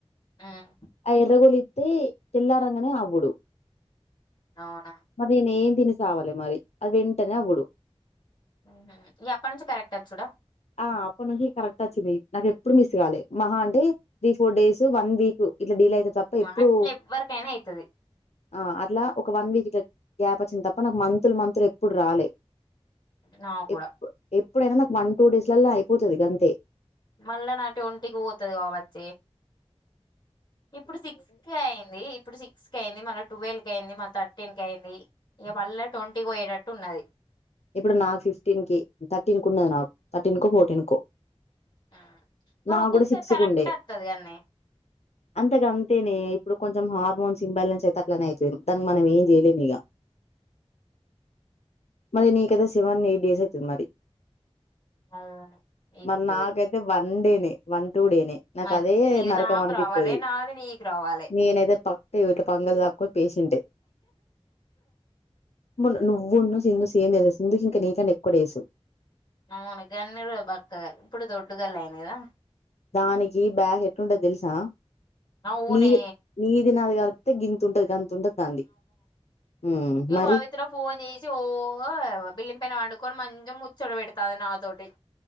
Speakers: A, on the left; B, on the left.
A: హ్మ్.
B: ఆ ఎర్రగోలు ఇస్తే తెల్లారంగనే అవుడు
A: అవునా
B: అది నేన్ తిని సావలే మరి అది వెంటనే అవుడు
A: హుహు. ఇగ అప్పటి నుంచి కరెక్ట్ వచ్చుడా
B: ఆ అప్ప నుంచి కరెక్ట్ వచ్చింది నాకెప్పుడు మిస్ కాలే మహా అంటే three four days one week ఇట్లా డీల్ అయితది తప్ప ఎప్పుడు
A: అట్లా ఎవ్వరికైనా అయితది
B: ఆ అట్లా ఒక వన్ ఇట్ల గ్యాప్ వచ్చింది తప్ప నాకు మంతులు మంతులు ఎప్పుడు రాలే
A: నా కూడా
B: ఎప్పు ఎ ఎప్పుడైనా నాకు వన్ టూ డేస్లల అయిపోతది గంతే
A: మళ్ళా నా ట్వంటీ కి పోతది కావచ్చె ఇప్పుడు సిక్స్ కి అయింది ఇప్పుడు సిక్స్ కి అయింది మన ట్వెల్వ్ కయింది మ థర్టీన్ కయింది ఇక మల్ల ట్వంటీకి పోయ్యేటట్టు ఉన్నది
B: ఇప్పుడు నాకు ఫిఫ్టీన్ కి థర్టీన్ కు ఉన్నది నాకు థర్టీన్ కో ఫోర్టీన్ కో
A: హ్మ్. మరి
B: నా
A: ఒక్కొక్కసారి
B: కూడా సిక్స్
A: కరెక్ట్
B: కుండే
A: వత్తది అన్నే
B: అంతకంతేనే ఇప్పుడు కొంచెం హార్మోన్స్ ఇంబాలెన్స్ అయితట్లనే ఐతది దానికి మనం ఏం చేయలేం ఇక మరి నీకైతే సెవన్ ఎయిట్ డేస్ అయితది మరి
A: అవును ఇత్తది
B: మరి నాకైతే వన్ వండెనే వన్ టుడేనే నాకు
A: మంచి
B: అదే
A: నీది
B: నరకం
A: నాకు
B: అనిపితది
A: రావాలే నాది నీకు రావాలే
B: నేను ఏతే పక్క ఇట్ల ఇంగో పంగ కొన్ పేస్ ఇంటయ్ మొన్న నువ్వు ను సిందు సేమ కదా సిందుకి ఇంక నీకన ఎక్కుడ డేసు
A: అవును గన్నీరు బక్కగా ఇప్పుడు దొడ్డు గలి అయింది కదా
B: దానికి బ్యాగ్ ఎట్టుంటది తెలుసా
A: అవునే
B: నీది నీది నాది గలుప్ తె గింతుంటది గతుంటది దాంది ఉమ్
A: ఇక
B: మరి
A: పవిత్ర ఫోన్ చేసి ఓ బిల్లిం పైన వండుకొని మంచి ఇగ ముచ్చడ పెడతాంది నా తోటి